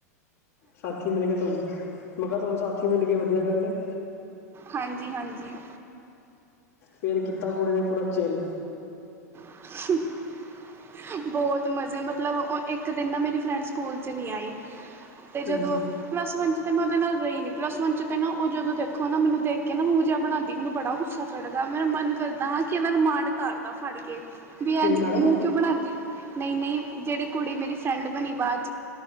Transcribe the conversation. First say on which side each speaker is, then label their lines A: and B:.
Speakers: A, on the left (about 65°); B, on the right (about 25°).
A: ਸਾਥੀ ਮਿਲ ਗਏ ਤੁਹਾਨੂੰ ਮੈਂ ਕਿਹਾ, ਤੁਹਾਨੂੰ ਸਾਥੀ ਮਿਲ ਗਏ ਵਧੀਆ ਗੱਲ ਹੈ।
B: ਹਾਂਜੀ- ਹਾਂਜੀ।
A: ਫਿਰ ਕੀਤਾ ਕੁੜੀ ਨੇ ਪੂਰਾ ਚਿੱਲ।
B: <unintelligible> ਬਹੁਤ ਮਜ਼ੇ, ਮਤਲਬ ਇੱਕ ਦਿਨ ਨਾ ਮੇਰੀ ਫਰੈਂਡ ਸਕੂਲ 'ਚ ਨਹੀਂ ਆਈ। ਅਤੇ
A: ਹਾਂਜੀ
B: ਜਦੋਂ ਪਲੱਸ ਵਨ ਚ' ਤੇ ਮੈਂ ਉਹਦੇ ਨਾਲ ਰਹੀ ਨੀ ਪਲੱਸ ਵਨ ਚ' ਤੇ ਮੈ ਨਾ ਉਹ ਜਦੋਂ ਦੇਖੋ ਨਾ ਮੈਨ ਦੇਖ ਕੇ ਨਾ ਮੂੰਹ ਜਾ ਬਣਾਂਦੀ ਮੈਨੂੰ ਬੜਾ ਗੁੱਸਾ। ਚੜ੍ਹਦਾ ਮੇਰਾ ਮਨ ਕਰਦਾ ਹਾਂ ਕਿ ਇਹਦਾ ਨੂੰ ਮਾਂਡ- ਤਾਰਦਾ ਫੜ ਕੇ। ਵੀ
A: ਕਿਹੜੀ
B: ਅੱਜ
A: ਮੈਡਮ
B: ਮੂੰਹ ਕਿਉਂ ਬਣਾਦੀ। ਨਹੀਂ -ਨਹੀਂ ਜਿਹੜੀ ਕੁੜੀ ਮੇਰੀ ਫਰੈਂਡ ਬਣੀ ਬਾਅਦ